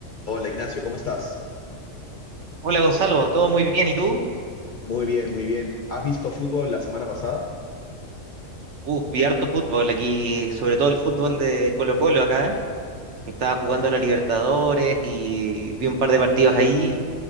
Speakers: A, on the left (about 55°); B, on the right (about 65°).
A: Hola Ignacio, ¿cómo estás?
B: Hola Gonzalo, todo muy bien, ¿y tú?
A: Muy bien, muy bien. ¿Has visto fútbol la semana pasada?
B: Uh, vi harto fútbol aquí, sobre todo el fútbol de Colo-Colo acá, que estaba jugando la Libertadores y vi un par de partidos ahí